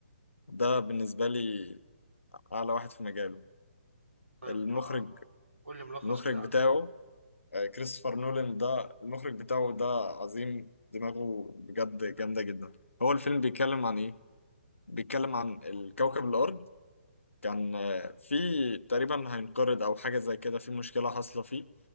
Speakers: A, on the left; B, on the right.
A: ده بالنسبة لي اعلى واحد في مجاله
B: طيب
A: المخرج
B: آه، قول لي ملخص
A: المخرج
B: كده عنه
A: بتاعه آه، كريستوفر نولان ده المخرج بتاعه ده عظيم دماغه بجد جامدة جدا هو الفيلم بيتكلم عن ايه؟ بيتكلم عن الكوكب الأرض كان آه، في تقريبا هينقرض أو حاجة زي كده في مشكلة حاصلة فيه